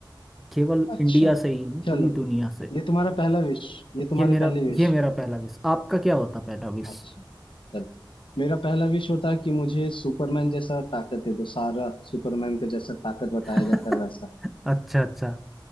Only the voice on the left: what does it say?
अच्छा
चलो
ये तुम्हारा पहला विश ये तुम्हारी
पहली विश
अच्छा चलो मेरा पहला विश होता है कि मुझे सुपरमैन जैसा ताकत दे दो सारा सुपरमैन का जैसा ताकत बताया
जाता है वैसा